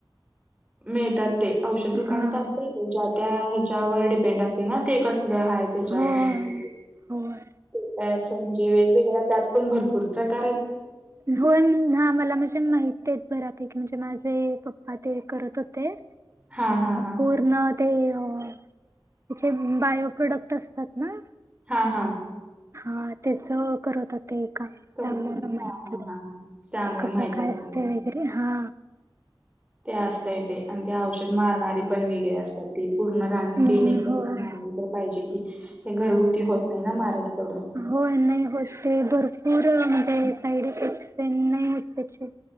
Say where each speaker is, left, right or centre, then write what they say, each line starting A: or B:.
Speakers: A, on the right; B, on the right.
A: मिळतात ते, औषध दुकानात
B: हा
A: असत. ज्या त्या ह्याच्यावर डिपेंड असते ना ते कसं हाय त्याच्यावर
B: होय
A: असतं ते,
B: होय.
A: ते काय असं म्हणजे वेगवेगळ्या त्यात पण भरपूर प्रकार आहेत.
B: होय हा मला म्हणजे माहिती आहेत बऱ्यापैकी म्हणजे माझे पप्पा ते करत होते.
A: हा हा हा
B: पूर्ण ते त्याचे बायो प्रोडक्ट असतात. हं?
A: हा हा.
B: हा त्याच करत होते काम
A: करत
B: त्यामुळं
A: हा हा हा त्यामुळे
B: कस
A: माहित
B: काय
A: असेल
B: असते वगैरे हा?
A: ते असत ते आणि ते औषध मारणारी पण वेगळे असतात, ते पूर्ण रान
B: हम्म
A: तिन एकारला
B: होय.
A: मारलं. पाहिजे की ते घरगुती होत नाही ना मारायच तेवढं.
B: होय नाही होत ते भरपूर म्हणजे साईड इफेक्टस ते नाही होत त्याचे